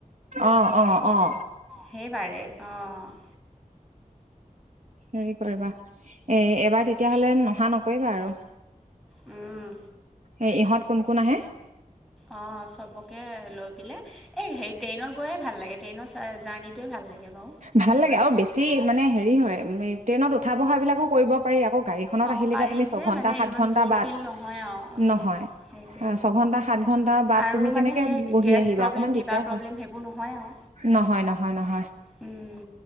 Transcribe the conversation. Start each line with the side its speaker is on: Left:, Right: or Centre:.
Right: অহ অ অহ
Centre: সেইবাৰেই অহ
Right: হেৰি কৰিবা এই এবাৰ তেতিয়াহ'লে নহা নকৰিবা আৰু
Centre: উম
Right: এ ইহঁত কোন কোন আহে
Centre: অ চবকে লৈ পেলাই এই হে ট্ৰেইনত গৈয়ে ভাল লাগে ট্ৰেইনৰ চ জাৰ্নিটোৱে ভাল লাগে বাৰু
Right: ভাল লাগে আৰু বেছি মানে হেৰি হয় উ ট্ৰেইনত উঠা বহা বিলাকো কৰিব পাৰি আকৌ গাড়ীখনত
Centre: অঁ
Right: আহিলে
Centre: পাৰি
Right: তুমি ছঘন্টা
Centre: যে মানে
Right: সাত
Centre: ইমান
Right: ঘন্টা
Centre: ব'ৰ
Right: বাদ
Centre: ফিল নহয় আৰু উম
Right: নহয়
Centre: সেইটোৱে
Right: ছঘন্টা সাত ঘন্টা বাট
Centre: আৰু
Right: তুমি
Centre: মানে
Right: কেনেকে
Centre: সেই
Right: বহি
Centre: গেছ
Right: আহিবা
Centre: প্ৰব্লেম
Right: অকমান
Centre: কিবা
Right: দিগদাৰ
Centre: প্ৰব্লেম
Right: হয়
Centre: সেইবোৰ নহয় আৰু
Right: নহয় নহয় নহয়
Centre: উম